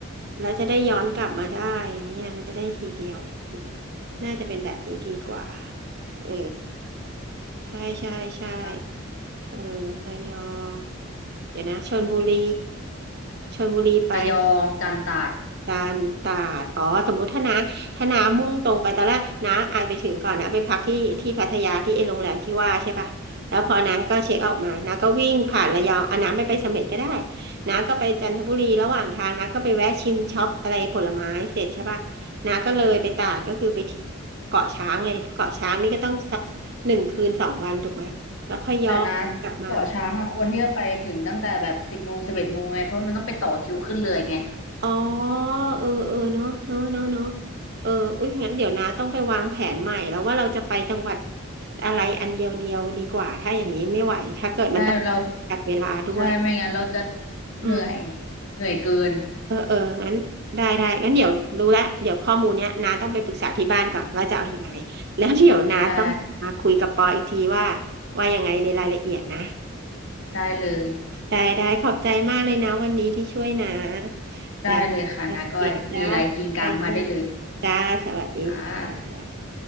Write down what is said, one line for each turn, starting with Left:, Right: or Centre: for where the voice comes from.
Right: แล้วจะได้ย้อนกลับมาได้อย่างเนี่ยมันจะได้ทีเดียวน่าจะเป็นแบบนี้ดีกว่าเออใช่ใช่ใช่
Left: ค่ะ
Right: เออระยองเดี๋ยวนะชลบุรีชลบุรีไป
Left: ระยองจันทร์ตราด
Right: ตาลตาดอ๋อสมมุติถ้านะถ้านามุ่งตรงไปตอนแรกนะอายไปถึงก่อนนะไปพักที่ที่พัทยาที่ไอ้โรงแรมที่ว่าใช่ปะแล้วพอนะก็เช็คเอาท์มานะก็วิ่งผ่านระยองอ่ะนะไม่ไปเสม็ดก็ได้นะก็ไปจันทบุรีระหว่างทางนะก็ไปแวะชิมช็อปอะไรผลไม้เสร็จใช่ปะนะก็เลยไปตาดก็คือไปที่เกาะช้างเลยเกาะช้างนี่ก็ต้องสักหนึ่งคืนสองวันถูกไหมแล้วค่อยย้อน
Left: แต่นะ
Right: กลับมา
Left: เกาะช้างอ่ะควรที่จะไปถึงตั้งแต่แบบสิบโมงสิบเอ็ดโมงไงเพราะมันต้องไปต่อคิวขึ้นเรือไง
Right: อ๋อเออเออเนาะเนาะเนาะเนาะเอออุ้ยงั้นเดี๋ยวนะต้องไปวางแผนใหม่แล้วว่าเราจะไปจังหวัดอะไรอันเดียวเดียวดีกว่าถ้าอย่างนี้ไม่ไหวถ้าเกิดมันต้อง
Left: ใช่เรา
Right: จัดเวลาด้วย
Left: ใช่ไม่งั้นเราจะเหนื่อย
Right: อืม
Left: เหนื่อยเกิน
Right: เออเอองั้นได้ได้งั้นเดี๋ยวรู้ละเดี๋ยวข้อมูลเนี้ยน้าต้องไปปรึกษาที่บ้านก่อนว่าจะเอายังไงแล้วเดี๋ยวน้าต้องมาคุยกับปออีกทีว่า
Left: ใช่
Right: ว่ายังไงในรายละเอียดนะ
Left: ได้เลย
Right: ได้ได้ขอบใจมากเลยนะวันนี้ที่ช่วยนะ
Left: ได้เลยค่ะนาก้อยมีอะไรกินกลางมาได้เลย
Right: จ้ะโอเคจ้าขอบใจมากจ้าสวัสดีจ้าจ้า
Left: ค่ะ